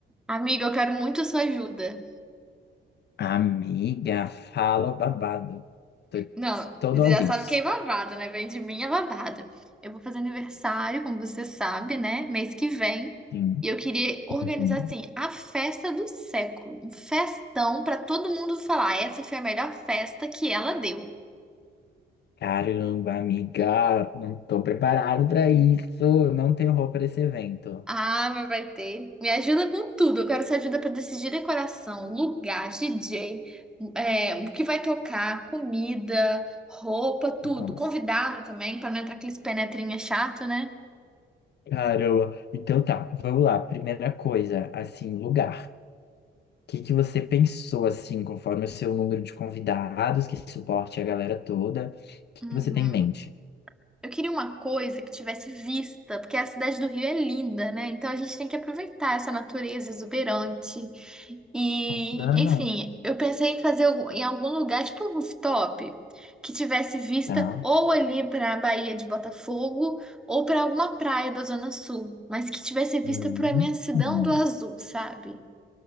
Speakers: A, in the centre; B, on the left.
A: Amiga, eu quero muito a sua ajuda.
B: Amiga, fala babado. Tô
A: Não,
B: todo
A: você
B: ouvidos.
A: já sabe que é babado, né? Vem de mim é babado. Eu vou fazer aniversário, como você sabe, né? Mês que vem.
B: Sim.
A: E eu queria organizar,
B: Uhum.
A: assim, a festa do século. Um festão pra todo mundo falar. "Ah, Essa foi a melhor festa que ela deu.
B: Caramba, amiga, não tô preparado pra isso. Não tenho roupa pra esse evento.
A: Ah, mas vai ter. Me ajuda com tudo. Eu quero essa ajuda para decidir decoração, lugar, DJ, é, o que vai tocar, comida, roupa, tudo.
B: Então,
A: Convidado também, para não entrar aqueles penetrinha chato, né?
B: Caramba. Então tá, vamos lá. Primeira coisa, assim, lugar. O que que você pensou, assim, conforme o seu número de convidados, que suporte a galera toda? O que
A: Uhum.
B: que você tem em mente?
A: Eu queria uma coisa que tivesse vista, porque a cidade do Rio é linda, né? Então a gente tem que aproveitar essa natureza exuberante. E,
B: Com toda razão.
A: enfim, eu pensei em fazer algu- em algum lugar, tipo um rooftop, que tivesse vista
B: Tá.
A: ou ali para a Baía de Botafogo ou para alguma praia da Zona Sul, mas que tivesse vista
B: Uhum.
A: para a imensidão do azul, sabe?